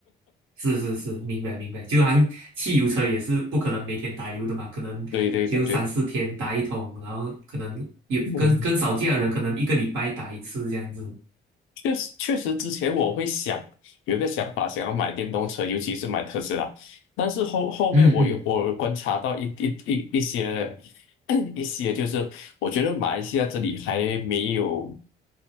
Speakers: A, on the right; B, on the left.
A: 是是是，明白明白。就好像汽油车也是不可能每天打油的嘛，可能就三四天打一桶，
B: <laughs> 对对对对，
A: 然后可能有跟跟少见的人，
B: 嗯
A: 可能一个礼拜打一次这样子。
B: 确实，确实，之前我会想有一个想法，想要买电动车，尤其是买特斯拉。但是后后面我有我有观察到一一一一些
A: 嗯嗯，
B: <coughs> <clears throat> 一些，就是我觉得马来西亚这里还没有